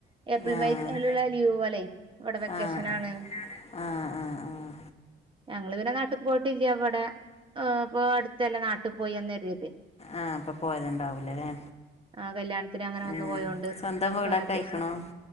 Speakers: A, on the right; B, on the left.
A: ഏപ്രിൽ
B: ആഹ്
A: മെയ് ലുള്ള ലീവ് പോലെ ഇവിടെ വെക്കേഷന്
B: ആഹ്
A: ആണ്
B: ആഹ് ആഹ് ആഹ്
A: ഞങ്ങള് പിന്നെ നാട്ടിൽ പോയിട്ടില്ല ഇവിടെ ഏഹ് ഇപ്പോ അടുത്തന്നെ നാട്ടിൽ പോയി വന്നരരുത്
B: ആഹ് അപ്പൊ പോയതുണ്ടാവൂലല്ലേ
A: ആഹ് കല്യാണത്തിന് അങ്ങനെ വന്നു
B: ഉം
A: പോയോണ്ട്
B: സ്വന്തം വീടൊക്കെ
A: വെക്കേഷനും
B: ആയിക്കണോ